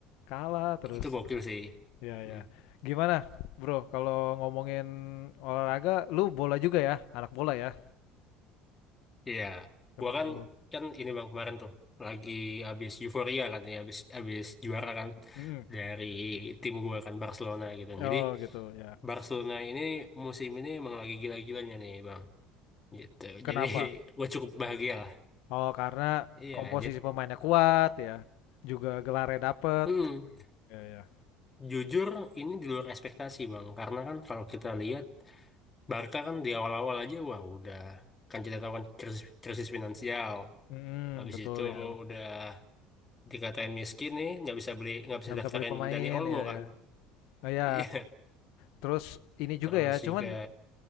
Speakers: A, on the left; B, on the left.
A: Kalah terus.
B: Itu gokil sih.
A: Ya
B: Hmm.
A: ya. Gimana, Bro? Kalau ngomongin olahraga, lu bola juga ya? Anak bola ya?
B: Iya.
A: Sepak
B: Gua kan
A: bola.
B: kan ini Bang kemarin tuh lagi habis euforia kan ya habis habis juara kan
A: Mhm.
B: dari tim gua kan Barcelona gitu.
A: Oh,
B: Jadi
A: gitu ya.
B: Barcelona ini musim ini emang lagi gila-gilanya nih Bang. Gitu.
A: Kenapa?
B: Jadi <laughs> gua cukup bahagia lah.
A: Oh, karena
B: Iya,
A: komposisi
B: jadi
A: pemainnya kuat ya. Juga gelarnya dapet.
B: <clears throat>
A: Ya ya.
B: Jujur, ini di luar ekspektasi bang, karena kan kalau kita lihat Barca kan di awal-awal aja wah udah kan kita tahu kan krisis, krisis finansial,
A: Mhm,
B: habis
A: betul
B: itu
A: ya.
B: udah dikatain miskin nih, nggak bisa beli, nggak bisa
A: Nggak bisa
B: daftarin
A: beli pemain,
B: Dani Olmo
A: ya
B: kan,
A: ya.
B: <laughs>
A: Oh ya,
B: iya,
A: terus ini juga
B: terus
A: ya, cuman
B: juga